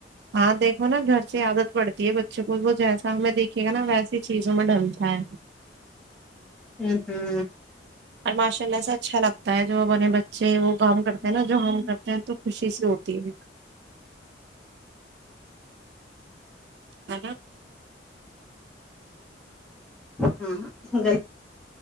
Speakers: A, on the right (about 65°); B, in the centre.
A: ہاں دیکھو نا گھر سے عادت پڑتی ہے بچوں کو وہ جیس ہمیں دیکے گایسی چیز ڈل تھاائے
B: ہوں ہوں
A: اور ماشاء اللہ سے اچھا لگتا ہے جو ہمنے اچھے وہ کام کرتے
B: ہوں
A: ہیں نا جو ہم کرتے ہیں تو خوشی سےی ہوتی ہے ہ
B: ہاں گ